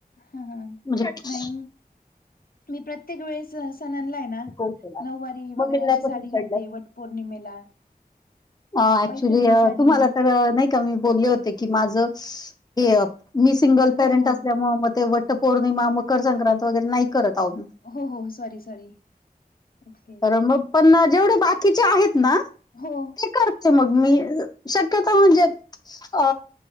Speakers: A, on the left (about 65°); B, on the left (about 25°).
A: हा हा
B: म्हणजे
A: नाही मी प्रत्येक वेळेस सण आहे ना
B: कौशला
A: नऊवारी
B: मग
A: वगैरे
B: मी
A: अशी
B: नाही पसंत
A: साडी
B: पडलं
A: घालते वट पौर्णिमेला
B: अ ऍक्च्युली
A: पैठणी साडी
B: तुम्हाला तर नाही का मी बोलले होते की माझं हे मी सिंगल
A: हो
B: पेरेंट
A: हो
B: असल्यामुळे मग ते वट पौर्णिमा मकर संक्रांती वगैरे नाही करत आहो मी
A: हो हो सॉरी सॉरी ओके.
B: तर मग पण जेवढे बाकीचे आहेत ना
A: हो.
B: करते मग मी शक्यता म्हणजे अ